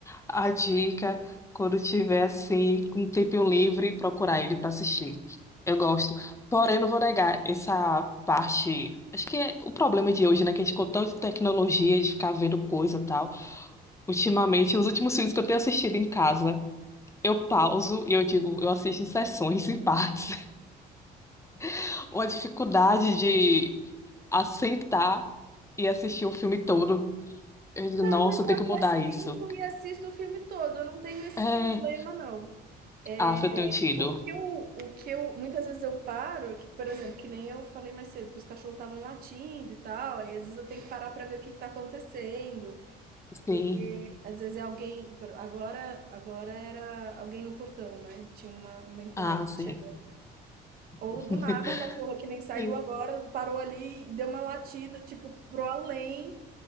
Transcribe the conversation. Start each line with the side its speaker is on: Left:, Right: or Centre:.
Left: a dica quando tiver assim, com um tempinho livre, procurar ele pra assistir. Eu gosto. Porém, não vou negar essa parte. Acho que é o problema de hoje, né? Que a gente ficou tanto de tecnologia, de ficar vendo coisa e tal. Ultimamente, os últimos filmes que eu tenho assistido em casa. Eu pauso e eu digo, eu assisto em sessões, em partes. <laughs> Ou a dificuldade de assentar e assistir o filme todo. Eu digo,
Right: Não,
Left: nossa,
Right: eu
Left: eu tenho
Right: até
Left: que mudar
Right: sinto
Left: isso.
Right: e assisto o filme todo. Eu não tenho esse
Left: É,
Right: problema, não. É,
Left: ah, eu tenho tido.
Right: o que eu, o que eu, muitas vezes eu paro, que, por exemplo, que nem eu falei mais cedo, que os cachorros estavam latindo e tal, aí às vezes eu tenho que parar pra ver o que que tá acontecendo.
Left: Sim,
Right: Porque às vezes é alguém. Agora, agora era alguém no portão, né? Tinha uma, uma encomenda
Left: ah, sim.
Right: chegando. Ou
Left: <laughs>
Right: do nada, a cachorra que nem saiu
Left: Sim.
Right: agora parou ali e deu uma latida, tipo, pro além.